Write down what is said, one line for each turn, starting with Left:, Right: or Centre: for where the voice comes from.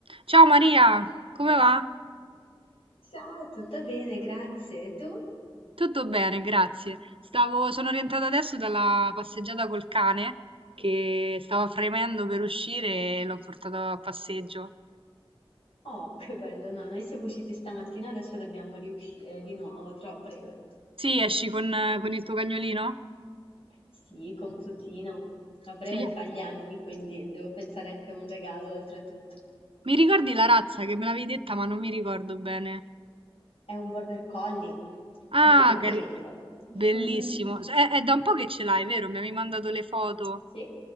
Right: Ciao Maria, come va?
Left: Ciao, tutto bene, grazie. E tu?
Right: Tutto bene, grazie. Stavo, sono rientrata adesso dalla passeggiata col cane che stava fremendo per uscire e l'ho portato a passeggio.
Left: Oh, che bello, no, noi siamo usciti stamattina, adesso dobbiamo riuscire di nuovo, tra breve.
Right: Sì, esci con, con il tuo cagnolino?
Left: Sì, con Plutino. A breve
Right: Sì.
Left: fa gli anni, quindi devo pensare anche a un regalo oltretutto.
Right: Mi ricordi la razza che me l'avevi detta, ma non mi ricordo bene.
Left: È un border collie,
Right: Ah,
Left: bianco
Right: cari-
Left: e nero. <laughs>
Right: bellissimo. È, è da un po' che ce l'hai, vero? Mi avevi mandato le foto.
Left: Sì,